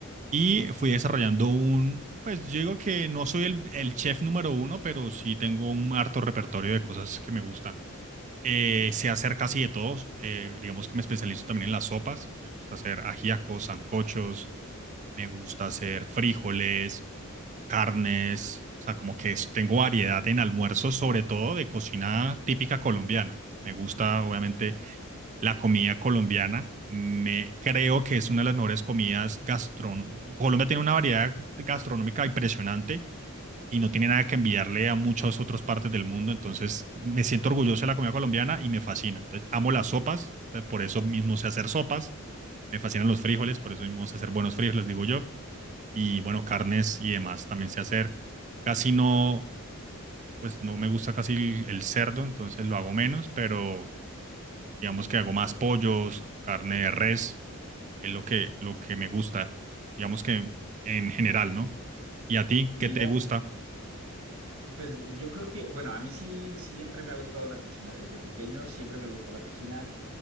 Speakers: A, on the right; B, on the right.
A: y fui desarrollando un, pues yo digo que no soy el, el chef número uno, pero sí tengo un harto repertorio de cosas que me gustan. Eh, sé hacer casi de todo, eh, digamos que me especializo también en las sopas, me gusta hacer ajíacos, sancochos, me gusta hacer frijoles, carnes, o sea, como que es- tengo variedad en almuerzos, sobre todo de cocina típica colombiana. Me gusta, obviamente, la comida colombiana. Me, creo que es una de las mejores comidas gastronómicas. Colombia tiene una variedad gastronómica impresionante y no tiene nada que enviarle a muchas otras partes del mundo. Entonces, me siento orgulloso de la comida colombiana y me fascina. Entonces, amo las sopas, o sea, por eso mismo sé hacer sopas. Me fascinan los frijoles, por eso mismo sé hacer buenos frijoles, digo yo. Y bueno, carnes y demás también sé hacer. Casi no, pues no me gusta casi el, el cerdo, entonces lo hago menos, pero Digamos que hago más pollos, carne de res, es lo que, lo que me gusta. Digamos que en general, ¿no? ¿Y a ti
B: Mira,
A: qué te gusta?
B: pues yo creo que, bueno, a mí sí siempre me ha gustado la cocina. Desde pequeño siempre me gustó la cocina.